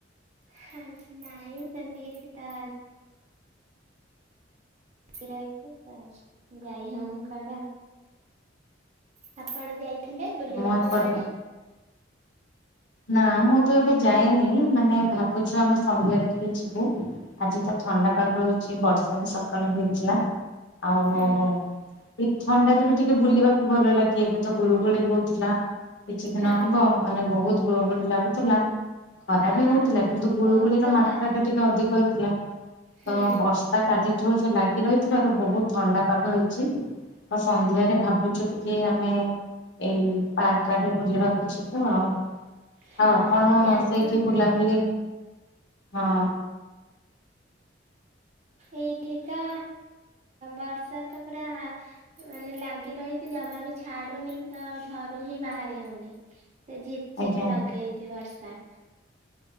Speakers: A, on the right (about 40°); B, on the left (about 70°).
A: ହେଁ-ନାଇଁ ସେମିତି କିଛିଟା ଖୁସି ରହିଚି ତ ଯାଇ ହଉନି କୁଆଡେ। <unintelligible> ଯାଇଥିଲେ ବୁଲିବାକୁ
B: ମୁଁ ଏପଟେ
A: କୁଆଡେ?
B: ନା ମୁଁ ତ ଏବେ ଯାଇନି ମାନେ ଭାବୁଚୁ ଆମେ ସନ୍ଧ୍ୟାରେ ଟିକେ ଯିବୁ। ଆଜି ତ ଥଣ୍ଡା ପାଗ ହେଇଛି ବର୍ଷା ବି ସକାଳୁ ହେଇଥିଲା ଆଉ
A: ହଁ ହଁ।
B: ଏଇ ଥଣ୍ଡାରେ ବି ଟିକେ ବୁଲିବାକୁ ଭଲ ଲାଗେ ଏବେ ତ ଗୁଳୁଗୁଳି ହଉଥିଲା କିଛି ଦିନ
A: ହଁ
B: ହବ
A: ହଁ
B: ମାନେ ବହୁତ ଗୁଳୁଗୁଳି ଲାଗୁଥିଲା ଖରା
A: ହଁ
B: ବି ହଉଥିଲା କିନ୍ତୁ ଗୁଳୁଗୁଳିର
A: ବହୁତ ତ
B: ମାତ୍ରାଟା
A: ଖରା
B: ଟିକେ ଅଧିକ ହେଇଥିଲା।
A: ହୁଁ
B: ତ ବର୍ଷ ତା କାଲି ଠୁ ଯୋଉ ଲାଗି ରହିଥିବାରୁ ବହୁତ ଥଣ୍ଡା ପାଗ ହେଇଚି ତ ସନ୍ଧ୍ୟାରେ ଭାବୁଚୁ ଟିକେ ଆମେ ଏଇ ପାର୍କ ଆଡେ ବୁଲିବାକୁ ଯିବୁ ଆଉ।
A: ହଁ
B: ଆଉ ଆପଣ
A: ହଁ ଯାଆନ୍ତୁ
B: ସେଇଠି
A: ବୁଲିକି
B: ବୁଲାବୁଲି
A: ଆସ
B: ହଁ
A: ଏଇଠି ତ ବର୍ଷା ତ ପୁରା ମାନେ ଲାଗି ରହିଚି ଜମା ବି ଛାଡୁନି ତ ଘରୁ ହିଁ ବାହାରି ହଉନି। ସେ ଝିପ୍ ଝିପ୍
B: ଆଜ୍ଞା
A: ଲଗେଇଚି ବର୍ଷା।